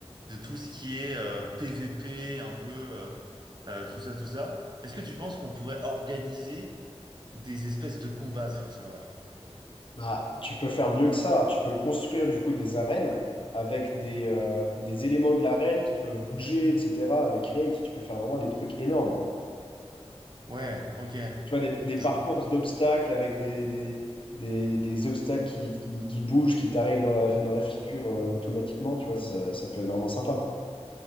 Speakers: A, on the right; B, on the left.
A: de tout ce qui est euh, PVP, un peu euh, euh, tout ça, tout ça. Est-ce que tu penses qu'on pourrait organiser des espèces de combats sur le serveur?
B: Bah, tu peux faire mieux que ça. Tu peux construire du coup des arènes avec des, euh, des éléments de l'arène qui peuvent bouger, etc. Avec Create, tu peux faire vraiment des trucs énormes.
A: Ouais, ok.
B: Tu vois, des, des
A: Je-
B: parcours d'obstacles avec des, des, des, des obstacles qui, qui, qui bougent, qui t'arrivent dans la, dans la figure euh, automatiquement. Tu vois,
A: hmm.
B: ça, ça peut être vraiment sympa.